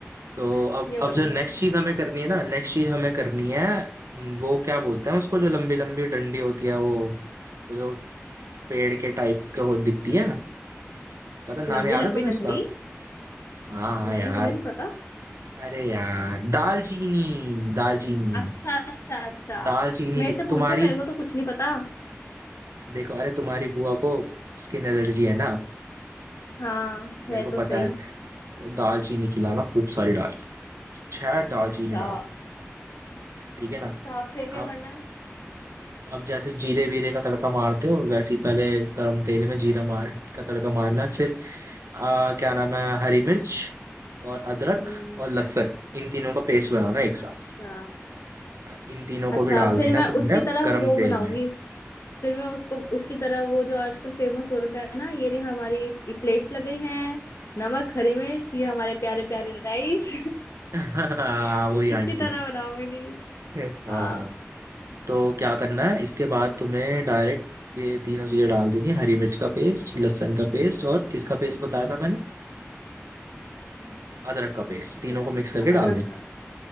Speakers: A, on the right; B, on the left.
A: तो
B: <laughs>
A: अब
B: ये बोलेंगे
A: अब जो नेक्स्ट चीज हमें करनी है ना नेक्स्ट चीज हमें करनी है हम्म, वो क्या बोलते हैं उसको जो लंबी लंबी डंडी होती है वो वो जो पेड़ के टाइप का वो दिखती है पता नाम
B: लंबी
A: याद
B: लंबी
A: है तुम्हें उसका
B: डंडी
A: हाँ हाँ
B: नहीं
A: यार
B: मुझे नहीं पता
A: अरे यार दालचीनी दालचीनी
B: अच्छा अच्छा अच्छा
A: दालचीनी
B: मेरे से पूछो
A: तुम्हारी
B: मेरे को तो कुछ नहीं पता
A: देखो अरे तुम्हारी बुआ को स्किन एलर्जी है ना
B: हाँ
A: मेरे
B: है
A: को
B: तो
A: पता
B: सही
A: है दालचीनी खिलाना खूब सारी डाल के, छह दालचीनी
B: अच्छा
A: डाल ठीक है ना
B: अच्छा फिर क्या
A: अब
B: करना है
A: अब जैसे जीरे वीरे का तड़का मारते हो वैसे ही पहले गरम तेल में जीरा मार का तड़का मारना है फिर आ, क्या नाम है हरी मिर्च और अदरक
B: हम्म
A: और लहसुन इन तीनों का पेस्ट बनाना है एक साथ
B: अच्छा
A: अब इन तीनों को
B: अच्छा
A: भी डाल
B: फिर
A: देना
B: मैं
A: तुमने
B: उसकी तरह
A: गरम
B: वो बनाऊंगी
A: तेल में
B: फिर मैं उसको उसकी तरह वो जो आजकल फेमस हो रखा है ना ये रही हमारी प्लेट्स लग गई हैं नमक हरी मिर्च ये हमारे प्यारे प्यारे राइस
A: <laughs> हाँ,
B: <laughs>
A: वही
B: इसकी
A: आंटी।
B: तरह बनाऊंगी नहीं
A: हाँ
B: हाँ
A: हाँ तो क्या करना है इसके बाद तुम्हें डायरेक्ट ये तीनों चीजें डाल देनी है हरी मिर्च का पेस्ट लहसुन का पेस्ट और किसका पेस्ट बताया था मैंने
B: हम्म,
A: अदरक का पेस्ट तीनों
B: पता
A: को
B: है
A: मिक्स
B: हाँ
A: करके
B: अदरक
A: डाल देना
B: का